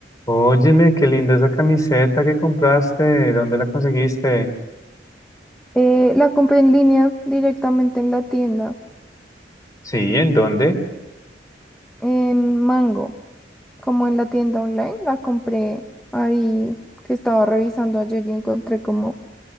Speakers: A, on the left (about 20°); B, in the centre.
A: Óyeme, qué linda esa camiseta que compraste. ¿Dónde la conseguiste?
B: Eh, la compré en línea directamente en la tienda,
A: Sí, ¿en dónde?
B: en Mango, como en la tienda online. La compré ahí que estaba revisando ayer y encontré como